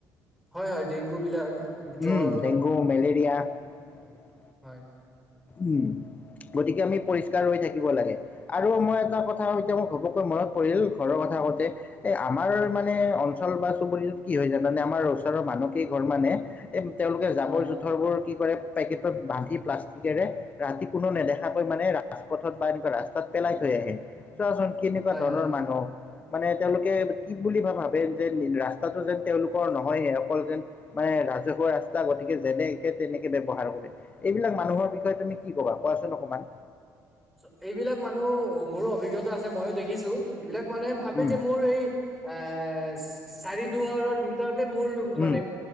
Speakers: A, in the centre; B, on the left.
A: হয় হয় ডেংগু বিলাক,
B: উম,
A: জ্বৰ
B: ডেংগু, <unintelligible>
A: হয়।
B: উম। গতিকে আমি পৰিষ্কাৰ হৈ থাকিব লাগে। আৰু মই এটা কথা এতিয়া মোৰ ঘপকৈ মনত পৰিল ঘৰৰ কথা থাকোতে এ আমাৰ মানে অঞ্চল বা চুবুৰিত কি হয় জান মানে আমাৰ ওচৰৰ মানুহকেই ঘৰ মানে এই তেওঁলোকে জাবৰ
A: হয়,
B: জোথৰবোৰ কি কৰে পেকেটত বান্ধি প্লাষ্টিক তেৰে ৰাতি কোনো নেদেখাকৈ মানে ৰাজপথত বা এনেকুৱা ৰাস্তাত পেলাই থৈ আহে। চোৱাচোন কেনেকুৱা
A: হয়,
B: ধৰণৰ
A: হয়।
B: মানুহ। মানে তেওঁলোকে কি বুলি বা ভাবে যে ৰাস্তাটো যেন তেওঁলোকৰ নহয়হে অকল যেন মানে ৰাজহুৱা ৰাস্তা গতিকে যেনেে তেনেকে ব্যৱহাৰ কৰে এইবিলাক মানুহৰ বিষয়ে তুমি কি ক'বা কোৱাচোন অকণমান।
A: চ এইবিলাক মানুহ, অ' মোৰো অভিজ্ঞতা আছে মইও দেখিছো এইবিলাক মানুহে ভাবে
B: উম
A: যে মোৰ এই এ চাৰি দুুৱাৰৰ ভিতৰতে মোৰ মানে
B: উম